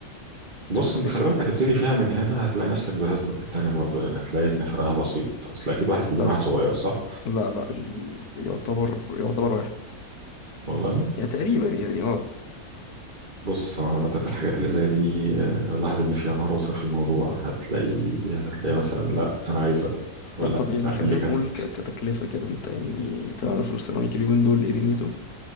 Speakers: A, on the right; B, on the left.
A: بص
B: افتكر
A: انت خلي بالك هتبتدي فيها من هنا هتلاقي نفسك بتدخل في التاني برضه يعني هتلاقي ان فرقها بسيط هتلاقي اكيد واحد كبير
B: فرق
A: وواحد صغير صح
B: لا لا ال... يعتبر يعتبر واحد
A: والله
B: يعني تقريبا يعني اه
A: بص هو عامة في الحاجات اللي زي دي آه، لاحظ ان في عروسة في الموضوع هتلاقي هتلاقي مثلا لا انا عايزة ولا
B: لا طب يعني
A: اعمل
B: خلينا
A: لي كذا
B: نقول ك- كتكلفة كده انت يعني تعرف السيراميك اليومين دول ايه دنيته